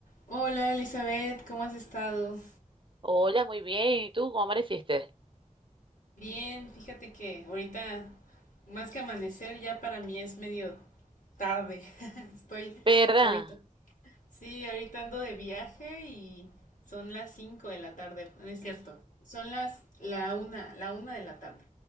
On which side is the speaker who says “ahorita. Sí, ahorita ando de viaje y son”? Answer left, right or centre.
Left